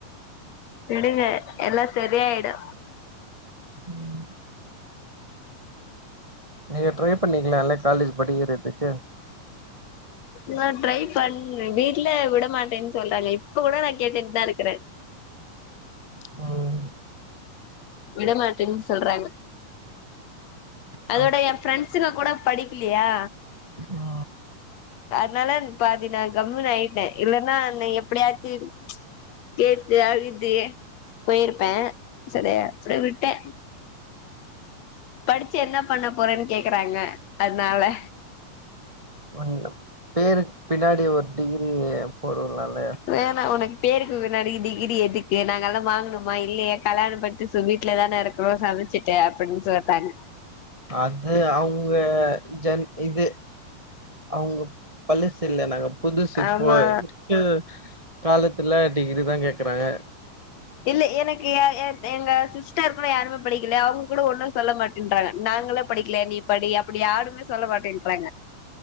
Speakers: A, on the left (about 60°); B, on the right (about 55°).
A: விடுங்க எல்லா செரியாயிடு
B: ம் நீங்க ட்ரை பண்ணிக்கலால்ல காலேஜ் படிக்கறதுக்கு
A: நா ட்ரை பண்ண வீட்ல விட மாட்டேன் சொல்றாங்க இப்ப கூட நா கேட்டுட்டுதா இருக்கற
B: ம்
A: விட மாட்டன் சொல்றாங்க
B: நா
A: அதோட எ ஃப்ரெண்ட்ஸுங்க கூட படி இல்லையா
B: ஆ
A: அதனால பாதி நா கம்முனு ஆயிட்டே இல்லன்னா எப்படியாச்சு கேட்டு அழுது போயிரு பே சரிய சரி விட்டே படிச்சு என்ன பண்ண போறேன்னு கேக்குறாங்க அதுனால
B: ஒன்னு பேருக் பின்னாடி ஒரு டிகி ரிய பொருலால
A: வேணா உனக்கு பேருக்கு பின்னாடி டிகிரி எதுக்கு நாங்கெல்லா வாங்கணுமா இல்லையே கல்யாணம் பன்னிட்டு சு வீட்லதான இருக்குறோம் சமச்சுட்டு அப்படின்னு சொல் கண்
B: அது அவுங்க ஜன் இது அவுங்க பள்ளசுல்ல னாங்க புதுசு
A: ஆமா
B: போய் ம் காலத்துல டிகிரி தா கேக்குறாங்க
A: இல்ல எனக்கு எ ஏ எங்க சிஸ்டர் கூட யாருமே படிக்கல அவுங்கக் கூடோ ஒண்ணு சொல்ல மாட்டின்றாங்க நாங்களே படிக்கல நீ படி அப்டி யாருமே சொல்ல மாட்டேன்றாங்க